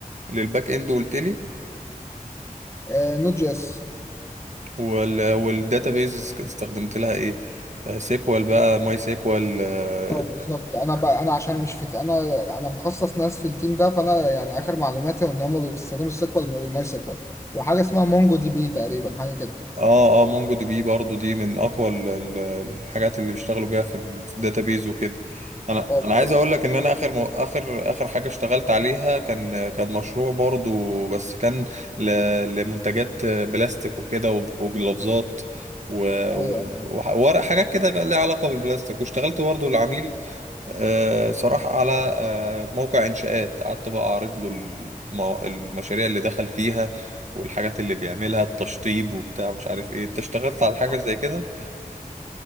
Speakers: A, on the right (about 55°); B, on the left (about 20°).
A: للباك اند قلت لي
B: آه، نوت جي اس
A: وال والداتابيز استخدمت لها ايه آه، سيكوال بقى ماي سيكوال اه
B: اه بالظبط انا بقى انا عشان مش في انا انا مخصص ناس في التيم ده فانا يعني اخر معلوماتي ان هم بيستخدموا السيكوال والماي سيكوال وحاجه اسمها مونجو دي بي تقريبا حاجه كده
A: اه آه، مونجو دي بي برضو دي من اقوى ال- ال- الحاجات اللي بيشتغلوا بيها في الداتابيز وكده انا
B: اه
A: انا
B: بالظبط
A: عايز اقول لك ان انا اخر م... اخر اخر حاجه اشتغلت عليها كان كان مشروع برضو بس كان ل... لمنتجات بلاستيك وكده وب- وجلافزات و...
B: ايوه
A: و...
B: ايوه
A: وورق حاجات كده ليها علاقه بالبلاستيك واشتغلت برضو آه. العميل آه، صراحة على آه، موقع إنشاءات قعدت بقى أعرض له الم- المشاريع اللي دخل فيها والحاجات اللي بيعملها التشطيب وبتاع مش عارف إيه أنت اشتغلت على حاجة
B: آه.
A: زي كده؟